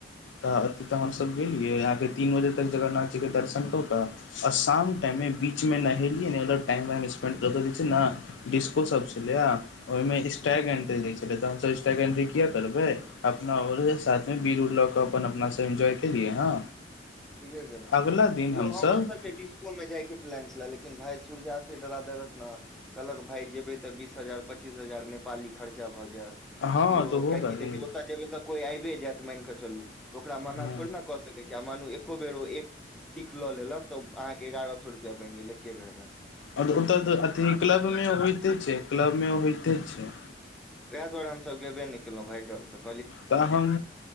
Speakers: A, on the left (about 80°); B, in the centre.
A: तऽ अथि तऽ हमसभ गेलियै अहाँके तीन बजे तक जगन्नाथजीके दर्शन कऽ कऽ आ शाम टाइमे बीचमे नहेलियै नहि टाइम वइम स्पेंड कर रह छै न डिस्कोसभ छलैएआ ओहिमे स्टैग एन्ट्री दै छलै तऽ हमसभ स्टैग एन्ट्री किया करबै अपना आओर साथमे बीर उर लऽ कऽ अपन अपना से एन्जॉय केलियै हँ
B: ठीके केलउन
A: अगिला दिन
B: यौ
A: हमसभ
B: हमरो सबके डिस मे जाइके प्लान छेला लेकिन भाय सूर्या एते डरा देलक न कहलक भाय जेबै तऽ बीस हजार पच्चीस हजार नेपाली खर्चा भऽ जेअत
A: हँ
B: <unintelligible>
A: तऽ होगा
B: की
A: ही
B: देखि ओता जेबै तऽ कोइ आबेय जायत मान कऽ चलू ओकरा मना
A: हँ
B: थोड़े ने कऽ सकै छियय आ मानू एको बेर ओ एक सीख लऽ लेलक तऽ अहाँके एगारह सो रुपैया बैन गेल एके बेरमे
A: आओर ओतय अथी क्लब मे होइते छै क्लब मे होइते छै
B: वएह दुआर हमसभ गेबे नै केलहुँ भाय डर सब
A: तऽ हम